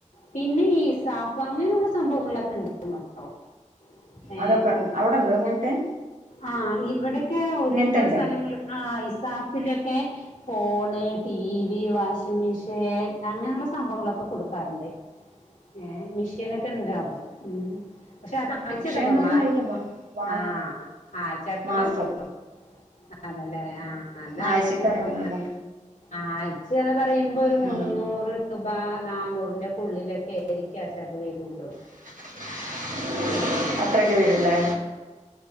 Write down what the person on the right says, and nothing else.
അതൊക്കെ
അവിടെണ്ടോ അങ്ങനത്തെ
ഇങ്ങനത്തെ ഉണ്ടോ
വിഷയണ്ടോന്ന്
അറിയവാ വാ
മാസം
ആഴ്ചക്ക്
അടക്കണല്ലേ
ആ
<inaudible>
അത്രയൊക്കെ വരൂല്ലേ